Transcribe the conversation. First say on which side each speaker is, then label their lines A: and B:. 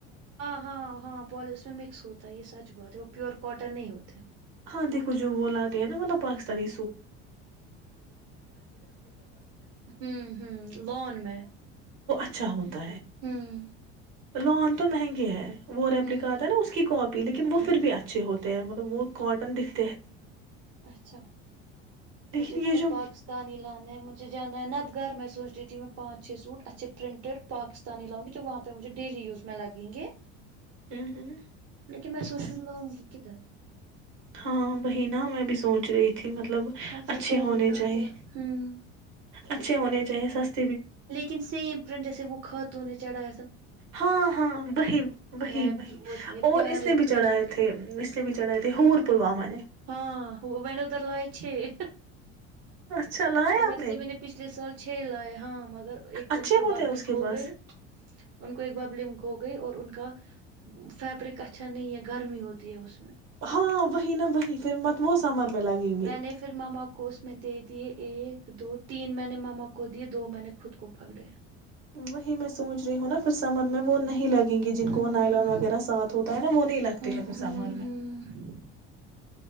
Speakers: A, on the right; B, on the right.
A: ہاں ہاں ہاں پال اس میں مکس ہوتا ہے یہ سچ بہت ہے وہ پیور کاٹن نہیں ہوتے
B: ہاں دیکو جو بولاتتے ہیں نا مطلب پاکستانی
A: ہوں ہوں لون میں
B: س پ
A: ہوں
B: لون تو مہنگے ہیں وہ ریپلیک
A: ہوں
B: آ ہے نا اس کی کاپی لیکن وہ پھر بھی اچھے ہوتے ہیں مطلب وہ کاٹن دکھ
A: اچھا
B: لیکن
A: مجھے
B: یہ
A: خود
B: جو
A: پاکستانی لانا ہے مجھے جانا ہے نا گھر میں سوچ رہی تھی میں پانچ چھ سوٹ اچھے پرنٹیڈ پاکستانی لاؤں گی جو وہاں پہ مجھے ڈیلی یوز میں لگیں گے
B: ہوں ہوں
A: کہ میں سوچن لاوںں گی کدھر
B: ہاں بہ میں بھی سوچ رہی تھی مطلب
A: ہم پھر
B: اچھے
A: دونوں
B: ہونے
A: جاتے
B: چاہے
A: ہیں ہوں
B: اچھے ہونے چاہیے ستے
A: لیکن سیم پرنٹ جیسے وہ کھاتو نے چڑا
B: ہاں ہاں وہی وہی
A: میں
B: وہی
A: وہ اتنے
B: اور
A: پیارے
B: اس نے بھی
A: تھے
B: چڑھائے تھے سے بھی چڑھا ہے تھ ہوور پلواما
A: ہاں وین ادھر لائے چھ
B: اچھا لایا
A: ادھر
B: آپ
A: سے میں نے پچھلے سال چھ لائے ہاں مگر ایک تو
B: اچھے
A: ان کو
B: ہوتے
A: ببلنگ
B: ہیں اس کے
A: ہو
B: پاس
A: گئے ان کو ایک ببلنگ ہو گئی اور ان کا فیبرک اچھا نہیں ہے گرمی ہوتی ہے اس میں
B: ہاں وہی نہا وہی پھر مت وہ سمر میں لگیں گے
A: میں نے پھر ماما کو اس میں دے دیے ایک دو تین میں نے مما کو دیے دو میں نے خود کو پکڑے
B: وہی میں سوچ رہی ہوں نا پھر سمجھ میں وہ نہیں لگے یں گی جن
A: ہوں
B: کو وہ نائلان وغیرہ سات ہوتا ہے وہ نہیں لگتی
A: ہوں
B: ہے پھر
A: ہوں
B: سمر میں
A: ہوں